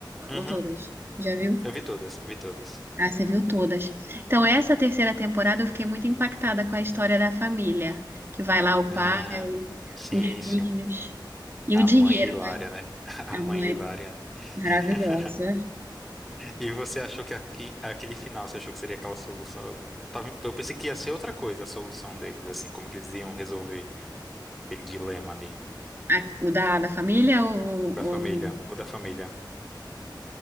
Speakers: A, in the centre; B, on the right.
A: Uhum.
B: Ou todas? Já viu?
A: Eu vi todas, eu vi todas.
B: Ah, você viu todas. Então, essa terceira temporada, eu fiquei muito impactada com a história da família. Que vai lá o
A: Ah,
B: pai,
A: sim,
B: os filhos
A: sim.
B: e
A: A
B: o dinheiro,
A: mãe é hilária,
B: né?
A: né? <laughs> A
B: A
A: mãe
B: mãe
A: é hilária, né?
B: maravilhosa.
A: <laughs> E você achou que a- e aquele final, você achou que seria aquela solução? Eu, eu tava- eu pensei que ia ser outra coisa a solução deles, assim, como que eles iam resolver aquele dilema ali.
B: A- O da, da família, ou,
A: Da família,
B: ou do-
A: o da família.